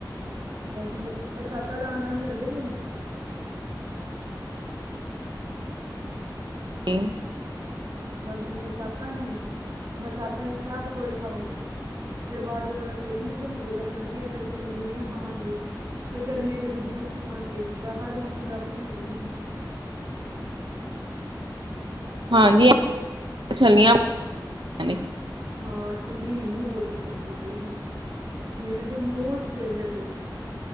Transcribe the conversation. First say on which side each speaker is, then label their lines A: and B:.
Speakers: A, on the right (about 60°); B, on the right (about 85°).
A: ਬਸ ਬ ਬਰਸਾਤਾਂ ਦਾ ਆੰਨਦ ਲੈਦੇ ਜੀ ਹੁਣ
B: ਹ <inaudible>
A: ਬਸ ਹੁਣ ਬਰਸਾਤਾਂ ਨੇ ਬਰਸਾਤਾਂ ਚ ਚਾਹ ਪਕੌੜੇ ਖਾਓ ਫਿਰ ਬਾਅਦ ਜੋ ਥੋੜ੍ਹਾ ਸਹੀ ਮੌਸਮ ਹੋ ਜਾਵੇਗਾ ਸਰਦੀਆਂ ਫਿਰ ਅਸੀਂ ਪੰਜੀਰੀਆਂ ਖਾਵਾਂਗੇ। ਫੇਰ ਗਰਮੀਆਂ ਚ ਅਸੀਂ ਜੂਸ ਪੀਵਾਂਗੇ, ਪਰ ਹਰ ਮੌਸਮ ਦਾ ਆਪਣੇ ਹੀ ਮਜ਼ੇ ਨੇ।
B: ਹਾਂਜੀ ਛੱਲੀਆਂ ਬਣੀਆਂ ਨੇ
A: ਹਾਂ ਛੱਲੀ ਮੈਨੂੰ ਬਹੁਤ ਪਸੰਦ ਐ ਬਈ ਮੇਰੀ ਤੇ ਮੋਸਟ ਫੇਵਰੇਟ ਏ,